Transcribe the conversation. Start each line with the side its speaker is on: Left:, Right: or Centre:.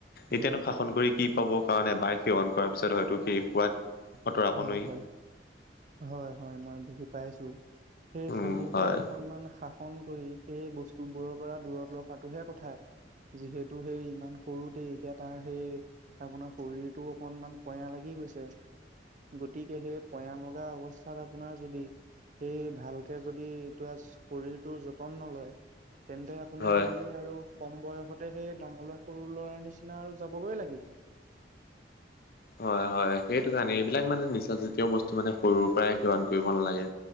Left: এতিয়ানো
Right: হয়
Left: শাসন
Right: হয়
Left: কৰি কি পাব। কাৰণ এবাৰ সেৱন কৰাৰ পিছত হয়তো সেই সোৱাদ আঁতৰাব
Right: হয়,
Left: নোৱাৰি
Right: হয়। হয় -হয় মই বুজি পাইছোঁ সেই
Left: উম
Right: সৰু
Left: হয়
Right: পাই অকনমান শাসন কৰি সেই বস্তুবোৰৰ পৰা দূৰত ৰখাটোহে কথা। যিহেতু সেই ইমান সৰুতে এতিয়া তাৰ সেই আপোনাৰ শৰীৰটো অকনমান পয়া লাগি গৈছে। গতিকে সেই পয় লগা অৱস্থাত আপোনাৰ যদি এই ভালকে যদি এইটো আচ শৰীৰটো যতন নলয় তেন্তে আপোনাৰ
Left: হয়।
Right: সেই আৰু কম বয়সতে সেই ডাঙৰ ল'ৰা -সৰু ল'ৰাৰ নিচিনা আৰু যাবগৈ লাগিব।
Left: হয়-হয় সেইটো কাৰণে এইবিলাক মানে নিচা জাত তেওঁ বস্তু মানে সৰুৰ পৰাই সেৱন কৰিব নালাগে